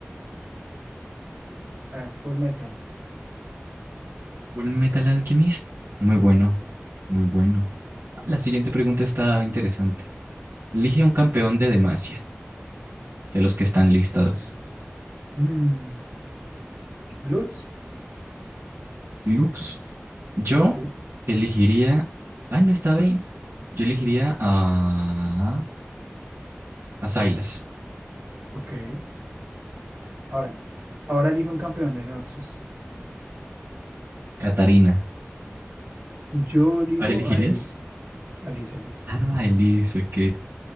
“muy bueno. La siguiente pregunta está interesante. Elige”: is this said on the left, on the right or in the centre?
Right